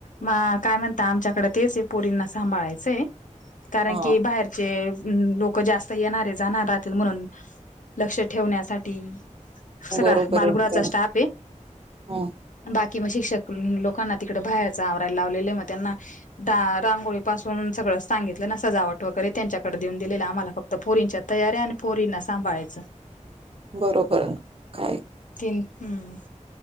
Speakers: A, on the left (about 75°); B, on the right (about 45°).
A: म काय म्हणता आमच्याकडे तेच आहे पोरींना सांभळायचंय कारण
B: हा
A: की, बाहेरचे लो जास्त येणारे जाणार राहतील म्हणून लक्ष ठेवण्यासाठी सगळा
B: बरोबर
A: बालगृहाचा
B: एकदम
A: स्टाफ आहे
B: हम्म
A: बाकी मग शिक्षक लोकांना तिकडं बाहेरच आवरायला लावलेलं मग त्यांना रांगोळी पासून सगळं सांगितलं ना सजावट वगैरे त्यांच्याकडे देऊन दिलेलं आम्हाला फक्त, पोरींच्या तयारी आणि पोरींना सांभाळायचं
B: बरोबर काय
A: तन हम्